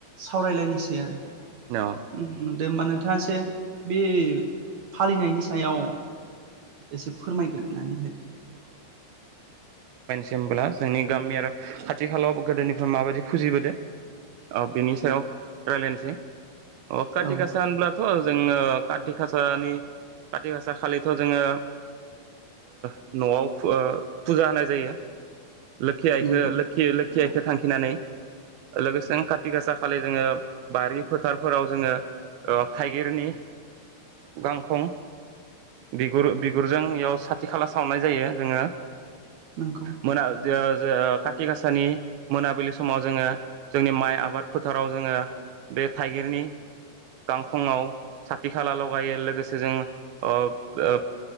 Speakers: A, on the right; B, on the right.
A: सावरायलायनोसै आरो।
B: अ
A: उम दे माने नोंथाङा ससे बे फालिनायनि सायाव एसे फोरमायग्रोनानै होदो
B: दे होमब्ला जोंनि गामि आरो आथिखालाव गोदोनिफ्राय मा बायदि फुजिबोदों औ बिनि सायाव रायलायनोसै अ' खाथि
A: औ
B: गासा होनब्ला थ' जोङो खाति गासानि खाति गासा खालिथ' जोङो ओ न'आव ओ फुजा होनाय जायो। लोखि आइखौ
A: नंगौ
B: लोखि खिखौ थांखिनानै लोगोसे खाथि गासा खालि जोङो बारि फोथारफोराव जोङो ओ थाइगिरनि गांखं बिुर बिगुरजों इयाव साथि खाला सावनाय जायो जोङो।
A: नंगौ
B: मोना जो ओ खाथि गाासानि मोनाबिलि समाव जोङो जोंनि माइ आबाद फोथाराव जोङो बे थाइगिरनि गांखंआव साथि खाला लगायो लोगोसे जों अ' ओ